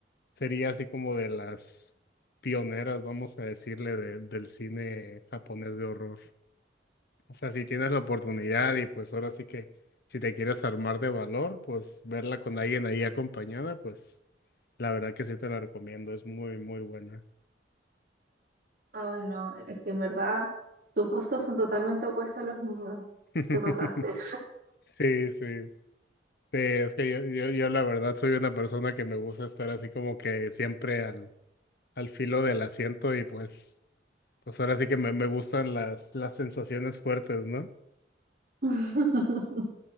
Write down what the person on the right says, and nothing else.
Ay, no, es que en verdad tus gustos son totalmente opuestos a los míos.
Te pasaste.
<laughs>